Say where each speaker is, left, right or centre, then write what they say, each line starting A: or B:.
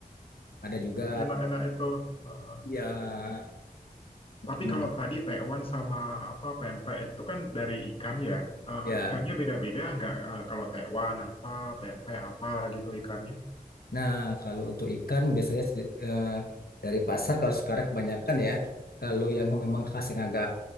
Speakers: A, on the left (about 75°); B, on the left (about 35°).
A: ada juga
B: enak-enak itu. Heeh.
A: ya
B: Tapi
A: hmm,
B: kalau tadi tekwan sama apa pempek itu kan dari ikan ya. Eh,
A: ya
B: ikannya beda-beda nggak? Eh, kalau tekwan apa, pempek apa gitu ikannya?
A: Nah, kalau untuk ikan biasanya sedi- eh, dari pasar kalau sekarang kebanyakan ya, kalau yang memang khas yang agak